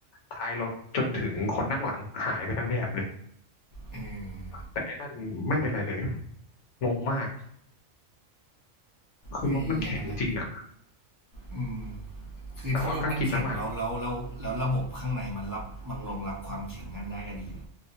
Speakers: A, on the left (about 70°); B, on the right (about 20°).
A: ท้ายรถจนถึงคนนั่งหลังหายไปทั้งแถบเลย
B: เออ
A: แต่ไอ้นั่นไม่เป็นไรเลย งงมาก คือรถมันแข็งจริงอะ
B: ออย่างนั้นแหละอืม คือถ้ารถมันแข็งแล้วแล้วแล้วแล้วระบบข้างในมันรับมันรองรับความแข็งนั้นได้ก็ดีน
A: แต่ว่าก็กินน้ำมัน